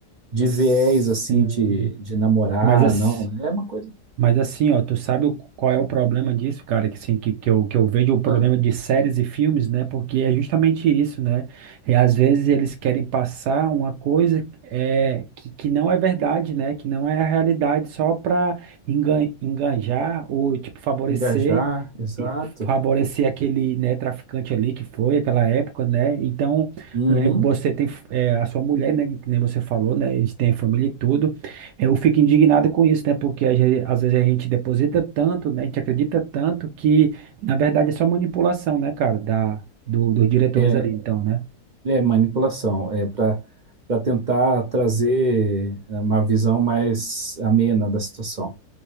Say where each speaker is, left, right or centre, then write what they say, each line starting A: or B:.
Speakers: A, on the right (about 45°); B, on the right (about 85°).
A: de
B: sim.
A: viés assim de, de namorar,
B: Mas, ass-
A: não. É uma coisa
B: mas assim, ó, tu sabe o- qual é o problema disso, cara? Que, assim, que, que, eu, que eu vejo o problema
A: ah,
B: de séries e filmes, né? Porque é justamente isso, né? E às vezes eles querem passar uma coisa é, que, que não é verdade, né? Que não é a realidade, só pra engan, enganjar ou, tipo, favorecer.
A: engajar, exato.
B: e favorecer aquele, né, traficante ali que foi aquela época, né? Então,
A: Uhum.
B: eh, você tem eh, a sua mulher, né, que nem você falou, né? Eles têm família e tudo. Eu fico indignado com isso, né? Porque a gen- às vezes a gente deposita tanto, né? A gente acredita tanto que, na verdade, é só manipulação, né, cara, da do- dos diretores
A: É,
B: ali, então, né?
A: é manipulação, é para para tentar trazer uma visão mais amena da situação.